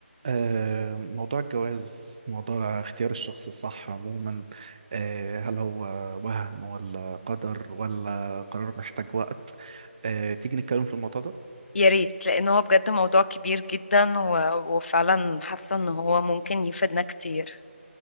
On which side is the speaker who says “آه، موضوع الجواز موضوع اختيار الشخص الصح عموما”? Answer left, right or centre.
Right